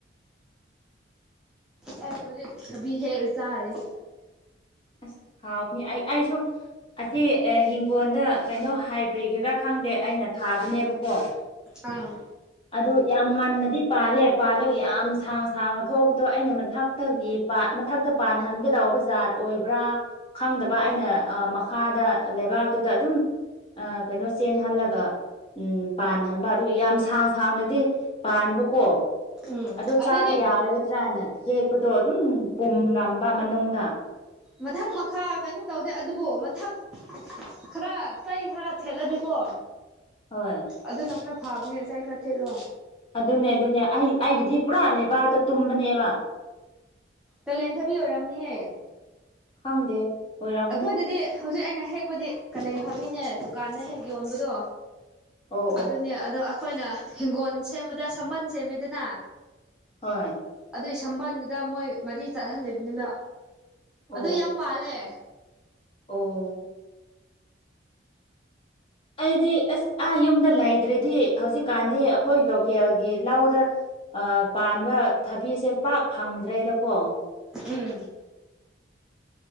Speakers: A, in the centre; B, on the left.
A: ꯑꯩ ꯍꯧꯖꯤꯛ ꯊꯥꯕꯤ ꯍꯦꯛ ꯆꯥꯔꯤ
B: ꯑꯁ ꯍꯥꯎꯅꯤ ꯑꯩ ꯑꯩꯁꯨ ꯑꯁꯤ ꯍꯤꯡꯒꯣꯟꯗ ꯀꯩꯅꯣ ꯍꯥꯢꯕ꯭ꯔꯤꯒꯤꯔꯥ ꯈꯪꯗꯦ ꯑꯩꯅ ꯊꯥꯕꯅꯦꯕꯀꯣ <inaudible>
A: ꯑꯥ
B: ꯑꯗꯣ ꯌꯥꯝ ꯉꯟꯅꯗꯤ ꯄꯥꯜꯂꯦ ꯄꯥꯜꯂꯒ ꯌꯥꯝ ꯁꯥꯡ ꯁꯥꯡꯅ ꯊꯣꯛꯕꯗꯣ ꯑꯩꯅ ꯃꯊꯛꯇꯒꯤ ꯄꯥ ꯃꯊꯛꯇ ꯄꯥꯟꯍꯟꯒꯗꯧꯕ ꯖꯥꯠ ꯑꯣꯢꯕ꯭ꯔꯥ ꯈꯪꯗꯕ ꯑꯩꯅ ꯑ ꯃꯈꯥꯗ ꯂꯩꯕꯥꯛꯇꯨꯗ ꯑꯗꯨꯝ ꯑꯥ ꯀꯩꯅꯣ ꯆꯦꯟꯍꯜꯂꯒ ꯎꯝ ꯄꯥꯟꯍꯟꯕ ꯑꯗꯨ ꯌꯥꯝ ꯁꯥꯡ ꯁꯥꯡꯅꯗꯤ ꯄꯥꯟꯕꯀꯣ
A: ꯎꯝ
B: ꯑꯗꯨ
A: ꯑꯗꯨꯗꯤ
B: ꯆꯥꯕ ꯌꯥꯔꯒꯗ꯭ꯔꯅ ꯍꯦꯛꯄꯗꯣ ꯑꯗꯨꯝ ꯄꯨꯝꯔꯝꯕ ꯃꯅꯨꯡꯗ
A: ꯃꯊꯪ ꯃꯈꯥ ꯀꯩꯅꯣ ꯇꯧꯗꯦ ꯑꯗꯨꯕꯨ ꯃꯊꯛ ꯈꯔ ꯇꯩ ꯈꯔ ꯊꯦꯠꯂꯗꯤꯀꯣ
B: ꯍꯣꯏ
A: ꯑꯗꯨꯅ ꯈꯔ ꯐꯥꯕꯅꯦ ꯆꯩ ꯈꯔ ꯊꯦꯠꯂꯣ
B: ꯑꯗꯨꯅꯦ ꯑꯗꯨꯅꯦ ꯑꯩ ꯑꯩꯒꯤꯗꯤ ꯄꯨꯔꯥ ꯂꯩꯕꯥꯛꯇ ꯇꯨꯝꯕꯅꯦꯕ
A: ꯀꯂꯦꯟ ꯊꯕꯤ ꯑꯣꯏꯔꯝꯅꯤꯍꯦ
B: ꯈꯪꯗꯦ ꯑꯣꯏꯔꯝꯃꯅꯤ
A: ꯑꯈꯣꯏꯗꯗꯤ ꯍꯧꯖꯤꯛ ꯑꯩꯅ ꯍꯦꯛꯄꯗꯤ ꯀꯥꯂꯦꯟ ꯊꯕꯤꯅꯦ ꯗꯨꯀꯥꯟꯗ ꯍꯦꯛ ꯌꯣꯟꯕꯗꯣ
B: ꯑꯣ ꯑꯣ
A: ꯑꯗꯨꯅꯦ ꯑꯗꯣ ꯑꯈꯣꯏꯅ ꯍꯤꯡꯒꯣꯟ ꯁꯦꯝꯕꯗ ꯁꯝꯕꯟ ꯁꯦꯝꯃꯦꯗꯅ
B: ꯍꯣꯏ
A: ꯑꯗꯨꯏ ꯁꯝꯕꯥꯟꯗꯨꯗ ꯃꯣꯏ ꯃꯔꯤ ꯆꯠꯍꯜꯂꯤꯝꯕꯅꯤꯕ
B: ꯑꯣ
A: ꯑꯗꯨ
B: ꯑꯣ
A: ꯌꯥꯝ ꯄꯥꯜꯂꯦ
B: ꯑꯣ ꯑꯩꯗꯤ ꯑꯩꯁ ꯑꯥ ꯌꯨꯝꯗ ꯂꯩꯇ꯭ꯔꯦꯗꯤ ꯍꯧꯖꯤꯛꯀꯥꯟꯗꯤ ꯑꯈꯣꯏ ꯂꯣꯀꯦꯜꯒꯤ ꯂꯧꯗ ꯑꯥ ꯄꯥꯟꯕ ꯊꯕꯤꯁꯦ ꯄꯥꯛ ꯐꯪꯗ꯭ꯔꯦꯗꯀꯣ
A: ꯎꯝ